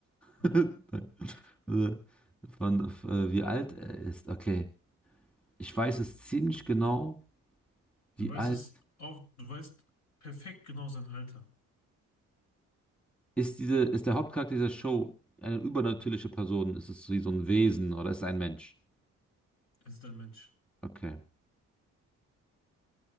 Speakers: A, on the left; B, in the centre.
A: Nein.
B: <laughs> Also, Von, äh, wie alt er ist. Okay. Ich weiß es ziemlich genau,
A: Du
B: wie
A: weißt
B: alt
A: es auch, du weißt perfekt genau sein Alter.
B: ist diese, ist der Hauptcharakter dieser Show eine übernatürliche Person? Ist es wie so ein Wesen oder ist es ein Mensch?
A: Es ist ein Mensch.
B: Okay.